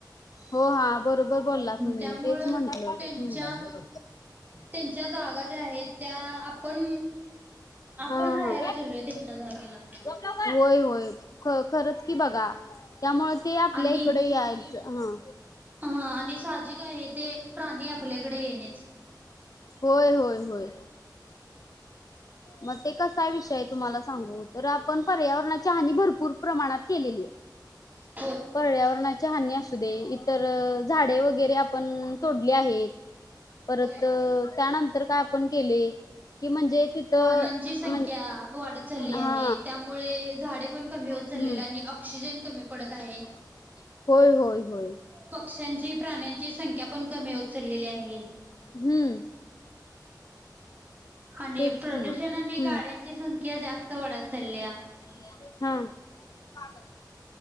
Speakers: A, on the left (about 55°); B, on the right (about 25°).
A: हो हा बरोबर बोलला तुम्ही
B: त्यामुळं
A: तेच म्हंटल हम्.
B: त्यांच्या त्यांच्या जागा ज्या आहेत त्या आपण आपण
A: हा हा
B: राहायला
A: हा
B: चालोय त्यांच्या जागेला.
A: होय होय ख खरच की बघा त्यामुळे ते आपल्या
B: आणि,
A: इकडे यायचं हा
B: हा आणि साहजिक आहे ते प्राणी आपल्याकडे येणेच
A: होय होय होय म ते कसा विषय तुम्हाला सांगू तर आपण पर्यावरण <unintelligible> हानी भरपूर प्रमाणात केलेली ये
B: <inaudible>
A: पर्यावरणाची हानी असू दे इतर झाडे वगैरे आपण तोडली आहेत परत
B: होय
A: अ त्यानंतर काय आपण केले कि म्हणजे तिथं
B: वाहनांची संख्या
A: म्हण
B: वाढत चालली आहे,
A: हा
B: त्यामुळे झाडे पण कमी होत
A: हम्म
B: चाललेली आणि ऑक्सिजन कमी पडत आहे
A: <inaudible> होय होय होय
B: पक्ष्यांची प्राण्यांची संख्या पण कमी होत चाललेली आहे
A: हम्
B: आणि
A: तेच
B: प्रदूषण
A: की
B: आणि
A: हम्म.
B: गाड्यांची संख्या जास्त वाढत चाल्या
A: <unintelligible>